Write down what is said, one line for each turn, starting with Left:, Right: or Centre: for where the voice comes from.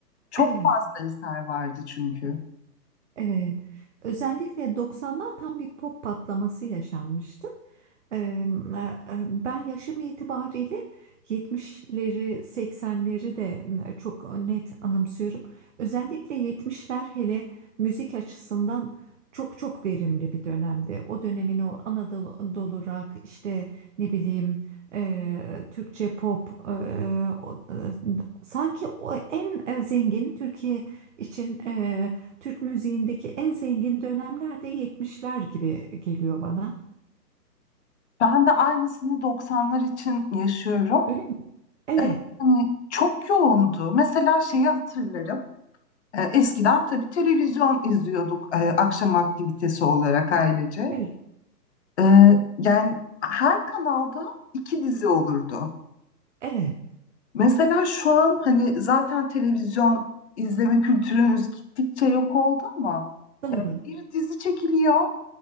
Left: Çok
Right: evet.
Left: fazla eser vardı çünkü.
Right: Evet. Özellikle 90'lar tam bir pop patlaması yaşanmıştı. Ee, e, e, Ben yaşım itibariyle 70'leri, 80'leri de e, çok net anımsıyorum. Özellikle 70'ler hele müzik açısından çok çok verimli bir dönemdi. O dönemin o Anadolu Anadolu rock işte ne bileyim e, Türkçe pop e, e, o- e, sanki o en e, zengin Türkiye için e, Türk müziğindeki en zengin dönemlerde yetmişler gibi geliyor bana.
Left: Ben de aynısını 90'lar için yaşıyorum.
Right: Öyle mi? Evet,
Left: Evet, hani çok yoğundu. Mesela şeyi hatırlarım. E, Eskiden tabii televizyon izliyorduk e, akşam aktivitesi olarak ailece.
Right: evet,
Left: E, yani her kanalda iki dizi olurdu.
Right: evet,
Left: Mesela şu an hani zaten televizyon izleme kültürümüz gittikçe yok oldu ama
Right: doğru.
Left: bir dizi çekiliyor